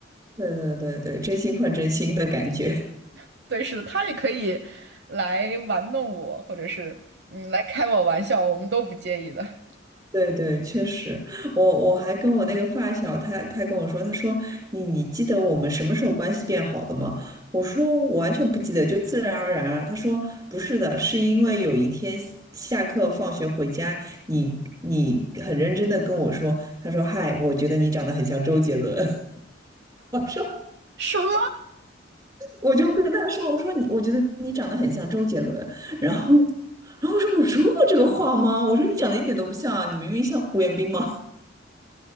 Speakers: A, on the right (about 20°); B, on the right (about 60°).
A: 对对对对，真心换真心的感觉。
B: <laughs> 对，是的，他也可以来玩弄我，或者是嗯来开我玩笑，我们都不介意的。
A: 对对，确实，我我还跟我那个发小，他他跟我说，他说你你记得我们什么时候关系变好的吗？我说我完全不记得，就自然而然啊。他说不是的，是因为有一天下课放学回家，你你很认真的跟我说，他说嗨，我觉得你长得很像周杰伦。<laughs> 我说
B: <laughs> 什么？
A: 我就跟他说，我说你我觉得你长得很像周杰伦，然后然后我说我说过这个话吗？我说你长得一点都不像啊，你明明像胡彦斌吗？